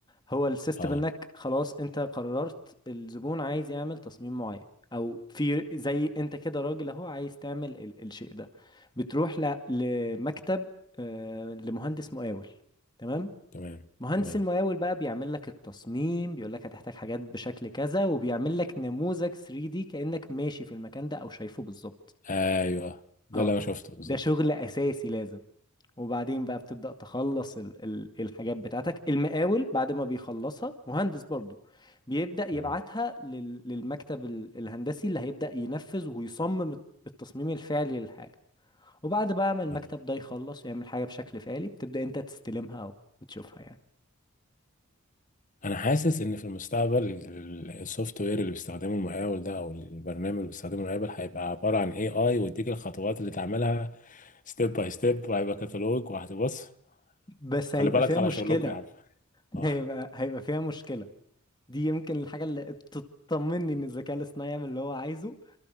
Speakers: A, on the left (about 20°); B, on the left (about 35°).
A: هو السيستم
B: اه
A: انك خلاص انت قررت الزبون عايز يعمل تصميم معين او في زي انت كده راجل اهو عايز تعمل ال الشيء ده بتروح ل لمكتب آه لمهندس مقاول تمام
B: تمام
A: مهندس
B: تمام
A: المقاول بقى بيعمل لك التصميم بيقول لك هتحتاج حاجات بشكل كذا وبيعمل لك نموذج 3D كأنك ماشي في المكان ده او شايفه بالظبط
B: ايوه ده
A: اه
B: اللي انا شفته بالظبط
A: ده شغل اساسي لازم وبعدين بقى بتبدأ تخلص ال ال الحاجات بتاعتك المقاول بعد ما بيخلصها مهندس برضو بيبدأ يبعتها
B: تمام.
A: لل للمكتب ال- الهندسي اللي هيبدأ ينفذ ويصمم الت- التصميم الفعلي للحاجة وبعد بقى ما المكتب
B: آه.
A: ده يخلص ويعمل حاجة بشكل فعلي بتبدأ انت تستلمها او وتشوفها يعني
B: انا حاسس ان في المستقبل ال- السوفت وير اللي بيستخدمه المقاول ده او البرنامج اللي بيستخدمه المقاول هيبقى عباره عن اي اي ويديك الخطوات اللي تعملها ستيب باي ستيب وهيبقى كتالوج وهتبص
A: بس
B: خلي
A: هيبقى
B: بالك
A: فيها
B: على
A: مشكلة
B: شغلكم يا عم
A: <laughs>
B: اه
A: هيبقى هيبقى فيها مشكلة دي يمكن الحاجة اللي تطمني ان الذكاء الاصطناعي يعمل اللي هو عايزه